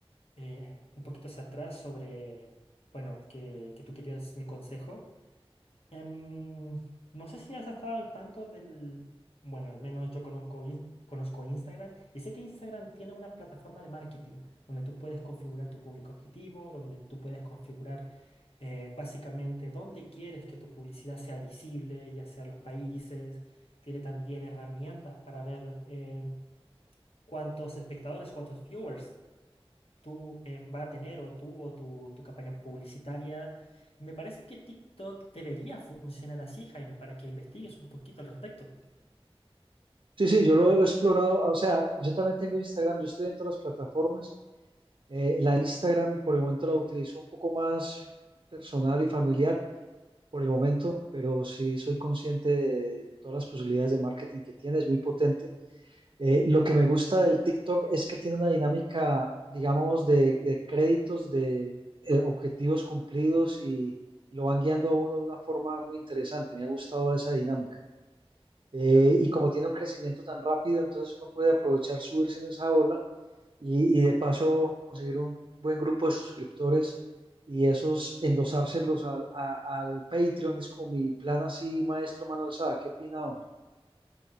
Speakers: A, on the left; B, on the right.
A: eh, un poquito hacia atrás sobre, bueno, que, que tú querías mi consejo. Em, no sé si has estado al tanto del... Bueno, al menos yo conozco, in- conozco Instagram y sé que Instagram tiene una plataforma de marketing donde tú puedes configurar tu público objetivo, donde tú puedes configurar eh, básicamente dónde quieres que tu publicidad sea visible, ya sea los países. Tiene también herramientas para ver em, cuántos espectadores, cuántos viewers tú eh, va a tener o tuvo tu, tu campaña publicitaria. Y me parece que TikTok debería funcionar así, Jaime, para que investigues un poquito al respecto.
B: Sí, sí, yo lo, lo he explorado, o sea, yo también tengo Instagram, yo estoy en todas las plataformas. Eh, la Instagram por el momento la utilizo un poco más personal y familiar por el momento, pero sí soy consciente de todas las posibilidades de marketing que tiene, es muy potente. Eh, lo que me gusta del TikTok es que tiene una dinámica, digamos, de, de créditos, de eh, objetivos cumplidos y lo van guiando a uno de una forma muy interesante. Me ha gustado esa dinámica. Eh, y como tiene un crecimiento tan rápido, entonces uno puede aprovechar subirse en esa ola y, y de paso conseguir un buen grupo de suscriptores y esos endosárselos al, a- al Patreon. Es como mi plan así, maestro Manuel Sada. ¿Qué opina, hombre?